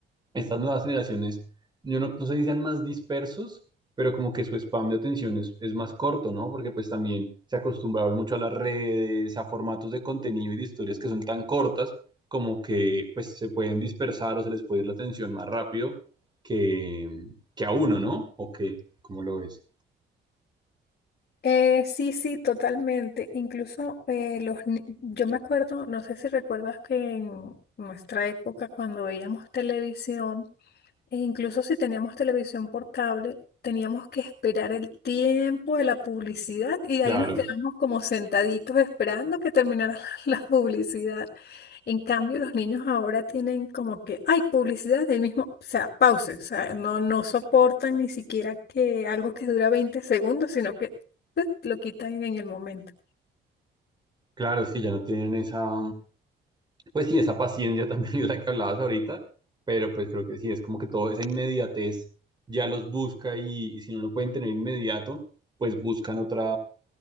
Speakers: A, on the right; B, on the left.
A: estas nuevas generaciones, yo no, no sé si sean más dispersos, pero como que su spam de atención es, es más corto, ¿no? Porque pues también se acostumbraron mucho a las redes, a formatos de contenido y de historias que son tan cortas como que pues se pueden dispersar o se les puede ir la atención más rápido que, que a uno, ¿no? ¿O qué ¿Cómo lo ves?
B: Eh, sí, sí, totalmente. Incluso eh, los, ni- yo me acuerdo, no sé si recuerdas que en nuestra época cuando veíamos televisión, e incluso si teníamos televisión por cable, teníamos que esperar el tiempo de la publicidad y ahí
A: Claro,
B: nos quedamos como sentaditos esperando que terminara <laughs> la, la publicidad. En cambio, los niños ahora tienen como que hay publicidad de ahí mismo, o sea, pause, o sea, no, no soportan ni siquiera que algo que dura 20 segundos, sino que eh, lo quitan en el momento.
A: claro, es que ya no tienen esa... Pues sí, esa paciencia también <laughs> es la que hablabas ahorita, pero pues creo que sí, es como que toda esa inmediatez ya los busca y, y si no lo pueden tener inmediato, pues buscan otra